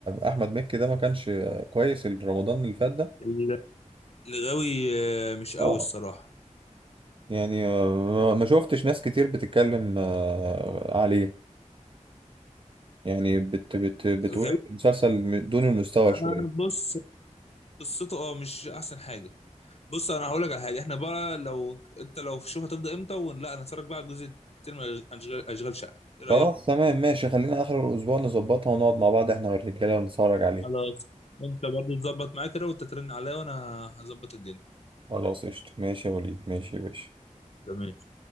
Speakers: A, on the right (about 40°); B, on the left (about 55°).
A: احمد مكي ده ما كانش كويس رمضان اللي فات ده
B: ال- الغاوي آه، مش قوي
A: اه
B: الصراحة
A: يعني آه، ما شفتش ناس كتير بتتكلم آه، عليه يعني بت بت بتقول
B: الغاوي
A: المسلسل دون المستوى
B: آه،
A: شوية
B: بص قصته أه مش أحسن حاجة بص أنا هقول لك على حاجة إحنا بقى لو أنت لو شوف هتبدأ إمتى ولا نتفرج بقى على الجزء التاني من أشغال أشغال شقة
A: خلاص
B: إيه رأيك؟
A: تمام ماشي خلينا آخر الأسبوع نظبطها ونقعد مع بعض احنا والرجالة ونتفرج عليه
B: خلاص أنت برضو تظبط معاك كده وأنت ترن عليا وأنا هظبط الدنيا
A: خلاص قشطة ماشي يا وليد ماشي يا باشا
B: تمام